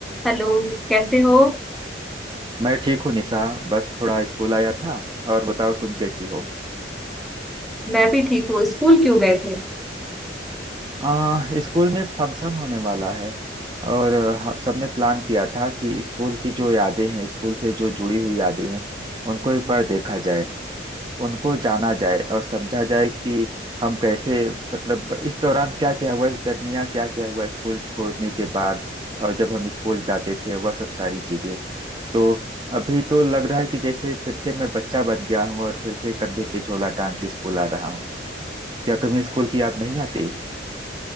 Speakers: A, in the centre; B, on the right.
A: Hello कैसे हो
B: मैं ठीक हूँ निशा बस थोड़ा स्कूल आया था और बताओ तुम कैसी हो
A: मैं भी ठीक हूँ स्कूल क्यों गए थे
B: आ, स्कूल में एक फंक्शन होने वाला है और अ, हम- सबने प्लान किया था कि स्कूल की जो यादें हैं स्कूल से जो जुड़ी हुई यादें हैं उनको एक बार देखा जाए उनको जाना जाए और समझा जाए कि हम कैसे मतलब इस दौरान क्या क्या हुआ इस दरमियान क्या क्या हुआ स्कूल छोड़ने के बाद और जब हम स्कूल जाते थे वह सब सारी चीजें तो अभी तो लग रहा है कि जैसे फिर से मैं बच्चा बन गया हूँ और फिर से कंधे पे झोला टांग के स्कूल आ रहा हूँ क्या तुम्हें स्कूल की याद नहीं आती